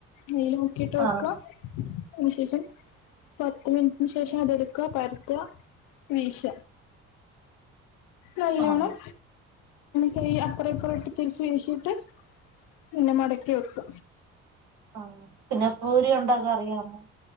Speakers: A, on the left; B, on the right.
A: നെയ്യിൽ മു കേട്ടടുക്ക
B: ആഹ്
A: <unintelligible> അതിന് ശേഷം പത്ത് മിനിറ്റ്ന്ന് ശേഷം അതെടുക്കുവ പരുത്ത വീശ നല്ലോണം
B: ആഹ്
A: ക അപ്പറപ്പറ ഇട്ട് തിരിച്ച് വീശീട്ട് പിന്നെ മടക്കി വെക്ക
B: ആ പിന്നെ പൂരി ഉണ്ടാക്കാൻ അറിയാമോ